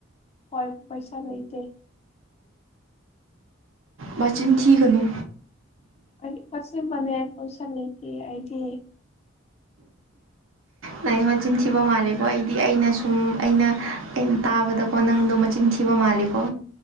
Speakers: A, on the left; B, on the right.
A: ꯍꯣꯏ ꯄꯩꯁꯥ ꯂꯩꯇ
B: ꯃꯆꯤꯟ ꯊꯤꯒꯅꯨ
A: ꯑꯩꯗꯤ ꯑꯆꯕꯅꯦ ꯑꯩ ꯄꯩꯁꯥ ꯂꯩꯇꯦ ꯑꯩꯗꯤ
B: ꯅꯪ ꯃꯆꯤꯟ ꯊꯤꯕ ꯃꯥꯜꯂꯤꯀꯣ ꯑꯩꯗꯤ ꯑꯩꯅ ꯁꯨꯝ ꯑꯩꯅ ꯑꯩꯅ ꯇꯥꯕꯗꯀꯣ ꯅꯪꯗꯣ ꯃꯆꯤꯟꯤ ꯁꯤꯕ ꯃꯥꯂꯤꯀꯣ